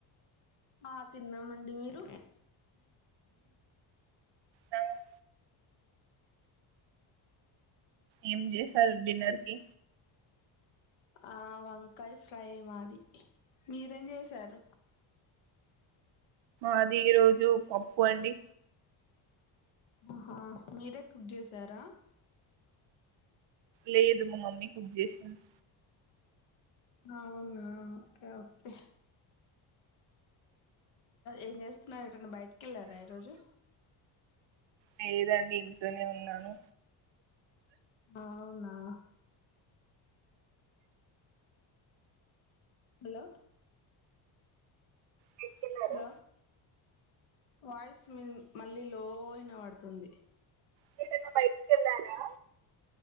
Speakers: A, on the left; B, on the right.
A: ఆ తిన్నామండి మీరు,
B: నా- ఏం చేసారు డిన్నర్ కి.
A: ఆ వంకాయ ఫ్రై మాది మీరేం చేసారు.
B: అది ఈ రోజు పప్పు అండి
A: ఆహా మీరే కుక్ చేసారా
B: లేదు మా మమ్మీ కుక్ చేసింది
A: అవునా ఓకే ఓకే ఏం చేస్తున్నారు ఏటు అన్న బయటికి వెళ్ళారా ఈరోజు
B: లేదండి ఇంట్లోనే ఉన్నాను
A: అవునా హలో
B: బయటికి వెళ్ళారా?
A: హలో వాయిస్ మళ్ళీ లో వినపడుతుంది
B: మీరు ఎట్టన్న బయటికి వెళ్ళారా